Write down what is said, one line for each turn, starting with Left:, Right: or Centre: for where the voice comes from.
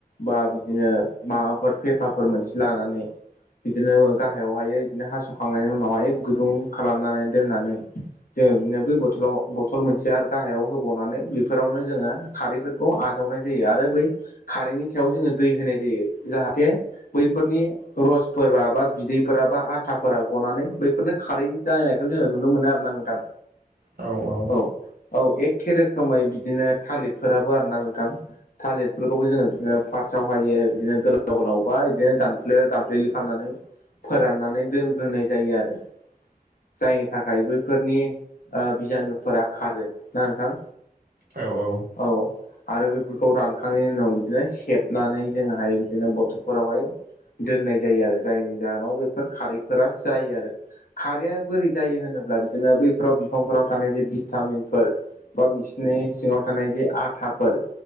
Left: बा बिदिनो माबाफोर फेफाफोर मोनसे लानानै बिदिनो गाहायावहायो बिदिनो हास'खांनायनि उनावहाय गुदुं खालामनानै दोननानै जोङो बिदिनो बै बथलाव बथल मोनसे आरो गाहायाव होबावनानै बेफोरावनो जोङो खारैफोर खौ आजावनाय जायो। आरो बै खारैनि सायाव जोङो दै होनाय जायो। जाहाथे बैफोरनि रसफोरबा बा बिदैफोरा बा आथाफोरा गनानै बैफोरनो खारै जानायखौ जोङो नुनो मोनो आरोना नों थां
Right: औ औ
Left: औ औ एखे रोखोमै बिदिनो थालिरफोराबो आरो ना नोंथां। थालिरफोरखौबो जोङो बिदिनो फारसाव हायो बिदिनो गोलाव गोलाव बा इदिनो दानफ्ले दानफ्लेलि खालामनानै फोराननानै दोनग्रोनाय जायो आरो। जायनि थाखाय बैफोरनि ओ बिजानुफोरा खारो। ना नोंथां?
Right: औ औ।
Left: औ आरो बेफोरखौ रानखांनायनि उनाव बिदिनो सेबनानै जोंहाय बिदिनो ब थलफोरावहाय दोननाय जायो आरो जायनि जाहोनाव बेफोर खारैफोरा जायो आरो। खारैया बोरै जायो होनोब्ला बिदिनो बैफोराव बिफांफोराव थानाय जे भिटामिनफोर बा बिसिनि सिङाव थानाय जे आथाफोर